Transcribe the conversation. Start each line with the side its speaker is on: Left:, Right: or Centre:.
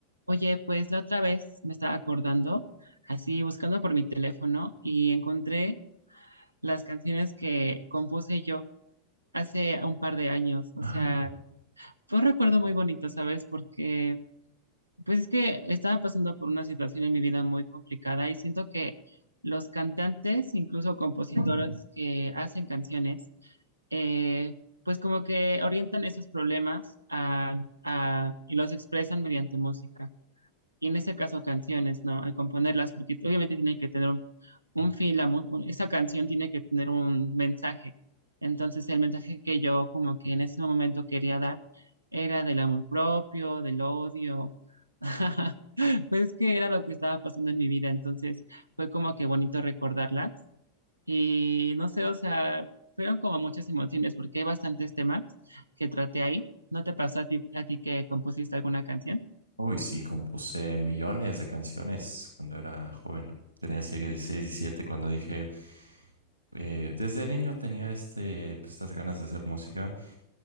Right: Oye, pues la otra vez me estaba acordando, así buscando por mi teléfono y encontré las canciones que compuse yo hace un par de años. O
Left: Ah,
Right: sea, fue un recuerdo muy bonito, ¿sabes? Porque pues es que estaba pasando por una situación en mi vida muy complicada y siento que los cantantes, incluso compositores que hacen canciones, eh, pues como que orientan esos problemas a, a- y los expresan mediante música y en este caso canciones, ¿no? Al componerlas, porque obviamente tiene que tener un, un fin, la, mu- esa canción tiene que tener un mensaje. Entonces el mensaje que yo como que en ese momento quería dar era del amor propio, del odio. <laughs> Pues que era lo que estaba pasando en mi vida, entonces fue como que bonito recordarlas y no sé, o sea, fueron como muchas emociones porque hay bastantes temas que traté ahí. ¿No te pasó a ti, a ti que compusiste alguna canción?
Left: Uy, sí, compuse millones de canciones cuando era joven. Tenía así que 16, 17 cuando dije, eh, desde niño tenía este, pues, estas ganas de hacer música,